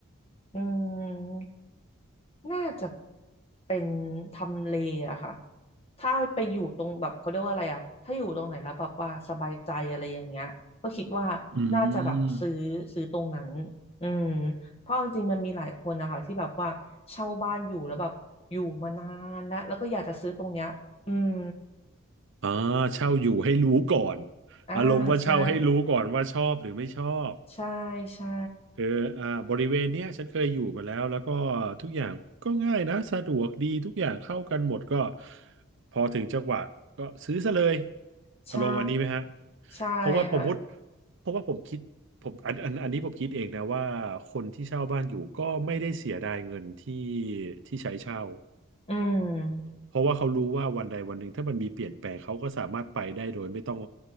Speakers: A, on the left; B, on the right.
A: อืมน่าจะเป็นทำเลอะค่ะถ้าไปอยู่ตรงแบบเขาเรียกว่าอะไรอะถ้าอยู่ตรงไหนแล้วแบบว่าสบายใจอะไรอย่างเงี้ยก็คิดว่าน่าจะแบบซื้อซื้อตรงนั้น
B: อืม
A: อืมเพราะจริงๆมันมีหลายคนนะคะที่แบบว่าเช่าบ้านอยู่แล้วแบบอยู่มานานแล้วแล้วก็อยากจะซื้อตรงเนี้ยอืม
B: อ่าเช่าอยู่ให้รู้ก่อน
A: อ่าใช่
B: อารมณ์ว่าเช่าให้รู้ก่อนว่าชอบหรือไม่ชอบ
A: ใช่ใช่
B: คืออ่าบริเวณเนี้ยฉันเคยอยู่มาแล้วแล้วก็ทุกอย่างก็ง่ายนะสะดวกดีทุกอย่างเข้ากันหมดก็พอถึงจังหวะก็ซื้อซะเลย
A: ใช่
B: อารมณ์วันนี้ไหมฮะ
A: ใช่ค่ะ
B: เพราะว่าผมพูดเพราะว่าผมคิดผมอันอันอันนี้ผมคิดเองนะว่าคนที่เช่าบ้านอยู่ก็ไม่ได้เสียดายเงินที่ที่ใช้เช่า
A: อืม
B: เพราะว่าเขารู้ว่าวันใดวันหนึ่งถ้ามันมีเปลี่ยนแปลงเขาก็สามารถไปได้โดยไม่ต้อง